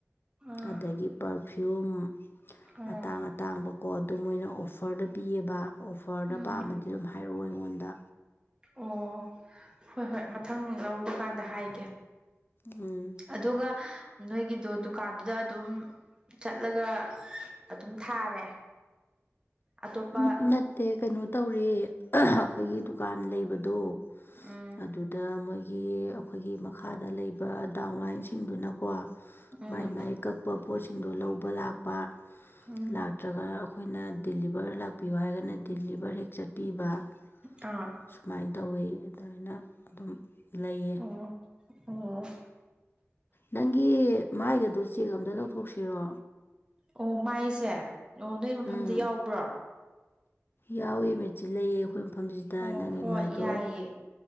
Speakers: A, on the right (about 15°); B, on the left (about 45°).
A: ꯑꯥ
B: ꯑꯗꯒꯤ ꯄꯔꯐꯤꯌꯨꯝ
A: ꯑꯥ
B: ꯑꯇꯥꯡ ꯑꯇꯥꯡꯕꯀꯣ ꯑꯗꯨ ꯃꯣꯏꯅ ꯑꯣꯐꯔꯗ ꯄꯤꯌꯦꯕ ꯑꯣꯐꯔꯗ
A: ꯎꯝ
B: ꯄꯥꯝꯃꯗꯤ ꯑꯗꯨꯝ ꯍꯥꯏ ꯍꯥꯏꯔꯣ ꯑꯩꯉꯣꯟꯗ
A: ꯑꯣ ꯍꯣꯏ ꯍꯣꯏ ꯃꯊꯪ ꯂꯧꯕ ꯀꯥꯟꯗ ꯍꯥꯏꯒꯦ
B: ꯎꯝ
A: ꯑꯗꯨꯒ ꯅꯣꯏꯒꯤꯗꯣ ꯗꯨꯀꯥꯟꯗꯨꯗ ꯑꯗꯨꯝ ꯆꯠꯂꯒ ꯑꯗꯨꯝ ꯊꯥꯔꯦ ꯑꯇꯣꯞꯄ
B: ꯎꯝ ꯅꯠꯇꯦ ꯀꯩꯅꯣ ꯇꯧꯔꯦ <unintelligible> ꯑꯩꯈꯣꯏꯒꯤ ꯗꯨꯀꯥꯟ ꯂꯩꯕꯗꯣ
A: ꯎꯝ
B: ꯑꯗꯨꯗ ꯃꯣꯏꯒꯤ ꯑꯈꯣꯏꯒꯤ ꯃꯈꯥꯗ ꯂꯩ ꯄ ꯗꯥꯎꯟ ꯂꯥꯏꯟꯁꯤꯡꯗꯨꯅꯀꯣ
A: ꯎꯝ
B: ꯃꯥꯏ ꯃꯥꯏ ꯀꯛꯄ ꯄꯣꯠꯁꯤꯡꯗꯣ ꯂꯧꯕ ꯂꯥꯛ ꯄꯥ
A: ꯎꯝ
B: ꯂꯥꯛꯇ꯭ꯔꯒ ꯑꯈꯣꯏꯅ ꯗꯤꯂꯤ ꯕꯔ ꯂꯥꯛꯄꯤꯌꯣ ꯍꯥꯏꯔꯒꯅ ꯗꯤꯂꯤꯕꯔ ꯍꯦꯛ ꯆꯠꯄꯤꯕ
A: ꯑꯥ
B: ꯁꯨꯃꯥꯏꯟ ꯇꯧꯋꯦ ꯑꯗꯨꯃꯥꯏꯅ ꯑꯗꯨꯝ ꯂꯩꯌꯦ
A: ꯑꯣ ꯑꯣ
B: ꯅꯪꯒꯤ ꯃꯥꯏꯒꯗꯣ ꯆꯦꯛ ꯑꯝꯇ ꯇꯧꯊꯣꯛꯁꯤꯔꯣ
A: ꯑꯣ ꯃꯥꯏꯁꯦ ꯑꯣ ꯅꯣꯏ ꯃꯐꯝꯗ
B: ꯎꯝ
A: ꯌꯥꯎꯕ꯭ꯔꯣ
B: ꯌꯥꯎꯋꯦ ꯃꯦꯆꯤꯟ ꯂꯩꯌꯦ ꯑꯩꯈꯣꯏ ꯃꯐꯝꯖꯤꯗ
A: ꯑꯣ
B: ꯅꯪꯒꯤ
A: ꯍꯣꯏ
B: ꯃꯥꯏꯗꯣ
A: ꯌꯥꯏꯌꯦ